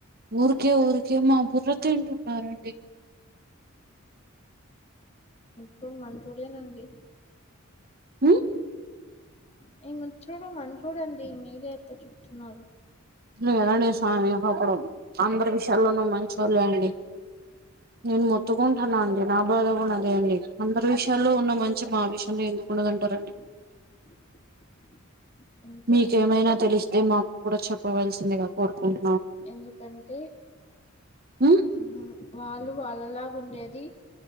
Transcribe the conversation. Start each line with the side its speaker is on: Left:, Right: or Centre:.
Right: ఊరికే ఊరికే మా బుర్ర తింటున్నారండి
Left: సో మంచోడే నండి
Right: ఉ
Left: మీ మిత్రుడు మంచోడే అండి మీరే అట్లా చెప్తున్నారు
Right: ఊ కథ అండి స్వామి ఒకప్పుడు అందరి విషయాలలో ను మంచోళ్లే అండి నేను మొత్తుకుంటున్నా అండి నా బాధ కూడా అదే అండి అందరి విషయాల్లో ఉన్న మంచి మా విషయం లో ఎందుకు ఉండదంటారండి
Left: <inaudible>
Right: మీకేమైనా
Left: అండి
Right: తెలిస్తే మాకుడా చెప్పవలసిందిగా కోరుకున్
Left: ఎందుకంటే
Right: ఉమ్
Left: ఆ వాళ్ళు వాళ్ళలా ఉండేది